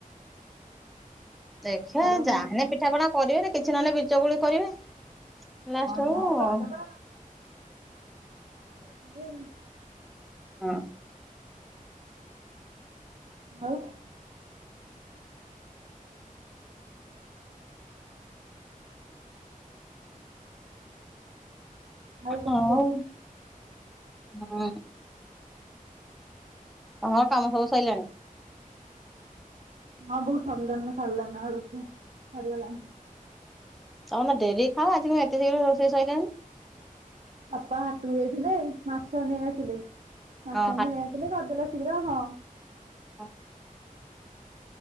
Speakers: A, in the centre; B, on the right.
A: ଦେଖିଆ
B: ଗରମ
A: ଯାହାନେ
B: ହଁ
A: ପିଠାପଣା କରିବେନି କିଛି ନହେଲେ ବିରି ଚକୁଳି କରିବେ। ଲାଷ୍ଟ ହବୁ
B: ଯାହାହେଲେ
A: ହଁ।
B: ରଜଟା <unintelligible>
A: ହଁ।
B: ଆଉ ଆଉ କଣ
A: ହଉ
B: କୁହ?
A: ହଁ। ହଁ କାମ ସବୁ ସଇଲାଣି।
B: ହଁ ବୋଉ ସରଲାଣି-ସରଲାଣି ନା ରୋଷେଇ ସରିଗଲାଣି।
A: ତମେ ଡେରିରେ ଖାଅ ଆଜି କଣ ଏତେ ଶୀଘ୍ର ରୋଷେଇ ସାଇଲାଣି?
B: ବାପା ହାଟକୁ ଯାଇଥିଲେ ମାଛ ନେଇ ଆସିଲେ ମାଛ
A: ହଁ
B: ନେଇ ଆସିଲେ କରିଦେଲେ। ଶୀଘ୍ର ହଁ।
A: ହଁ।